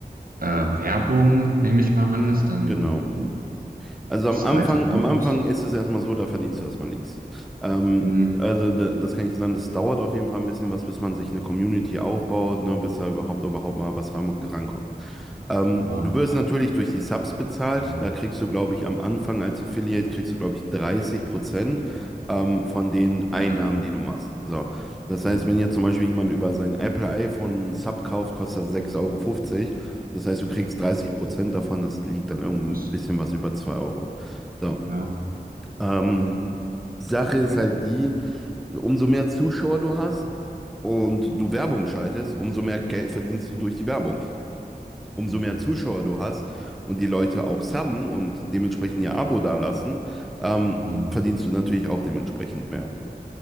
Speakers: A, on the right; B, in the centre.
A: äh, Werbung, nehme ich mal an, ist dann
B: genau. Also am
A: zweite
B: Anfang,
A: Einkunft.
B: am Anfang ist es erstmal so, da verdienst du erstmal nichts. Ähm,
A: Hm,
B: also da, das kann ich sagen, das dauert auf jeden Fall ein bisschen was, bis man sich eine Community aufbaut, ne, bis da überhaupt überhaupt mal was ran, rankommt. Ähm,
A: ja,
B: du wirst natürlich durch die Subs bezahlt.
A: hm,
B: Da kriegst du, glaube ich, am Anfang als Affiliate, kriegst du, glaube ich, 30 Prozent ähm, von den Einnahmen,
A: okay,
B: die du machst. So. Das
A: ja,
B: heißt, wenn jetzt zum Beispiel jemand über sein Apple iPhone einen Sub kauft, kostet das 6,50 Euro. fünfzig. Das heißt, du kriegst 30 Prozent davon. Das liegt dann irgend
A: was,
B: ein bisschen was über 2 Euro. So.
A: ja,
B: Ähm, Sache ist halt die, umso mehr Zuschauer du hast und du Werbung schaltest, umso mehr Geld verdienst du durch die Werbung umso
A: hm,
B: mehr Zuschauer du hast und die Leute auch subben und dementsprechend ihr Abo dalassen, ähm,
A: hm,
B: verdienst du natürlich auch dementsprechend mehr.